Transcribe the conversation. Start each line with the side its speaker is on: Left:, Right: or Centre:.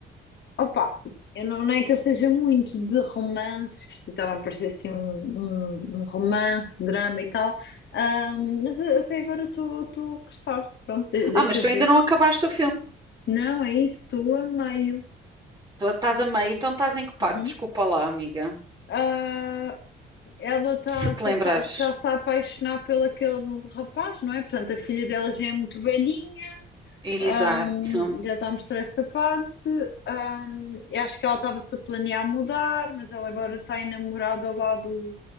Left: Opa, eu não, não é que eu seja muito de romances, que isto estava a parecer assim um, um, um romance, drama e tal, Ahm, mas a- até agora estou estou a gostar. Pronto, de- deixa
Right: Ah, mas tu
Left: ver.
Right: ainda não acabaste o filme.
Left: Não, é isso, estou a meio.
Right: Tu estás a meio, então estás em que parte?
Left: Uhum.
Right: Desculpa lá, amiga.
Left: Ah, Ela está
Right: Se te
Left: tá,
Right: lembrares.
Left: tá, tá-se a apaixonar pelo aquele rapaz, não é? Portanto, a filha dela já é muito velhinha,
Right: Exato.
Left: hum, já está a mostrar essa parte. hum, eu acho que ela estava-se a planear mudar, mas ela agora está enamorada lá do,